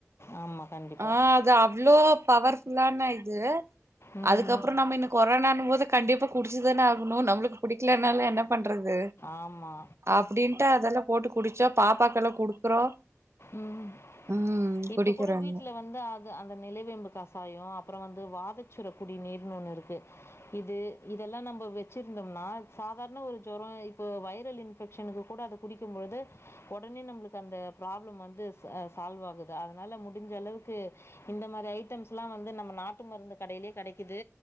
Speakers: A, on the left; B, on the right.
A: ஆமாம் கண்டிப்பாக
B: ஆ அது அவ்ளோ பவர்ஃபுல்லான இது
A: ம்
B: அதுக்கப்புறோ நம்ம இன்னு கொரோனானும் போது கண்டிப்பா குடிச்சுதானே ஆகணு நம்ப்ளுக்கு பிடிக்கலனாலு என்ன பண்றது
A: ஆமா
B: அப்டின்ட்டு அதெல்லா போட்டு குடிச்சோ பாப்பாக்கெல்லா குடுக்குறோ
A: ம்
B: ம் குடிக்கிறாங்க
A: இப்ப கூட வீட்ல வந்து அ ந்த அந்த நிலவேம்பு கசாயோ அப்புற வந்து வாதச்சுர குடி நீர்ன் ஒன்னு இருக்கு இது இதெல்லா நம்ப வெச்சிருந்தோம்னா சாதாரண ஒரு ஜொரோ இப்போ வைரல இன் ஃபெக்ஷனுக்கு கூட அது குடிக்கும்பொழுது உடனே நம்ப்ளுக்கு அந்த ப்ராப்ளம் வந்து ச சால்வ் ஆகுது அதனால முடிஞ்சளவுக்கு இந்த மாரி ஐட்டம்ஸ்லா வந்து நம்ம நாட்டு மருந்து கடையிலே கெடைக்கிது